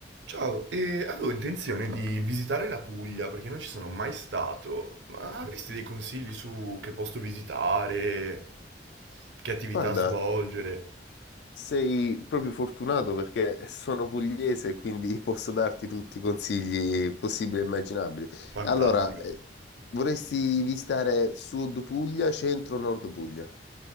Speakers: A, on the right; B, on the left.
A: Ciao, eh, avevo intenzione di visitare la Puglia perché non ci sono mai stato, ma avresti dei consigli su che posto visitare, che attività
B: Guarda,
A: svolgere?
B: sei proprio fortunato perché sono pugliese e quindi <laughs> posso darti tutti i consigli possibili e immaginabili.
A: Fantastico.
B: Allora, eh, vorresti visitare Sud Puglia, Centro, Nord Puglia?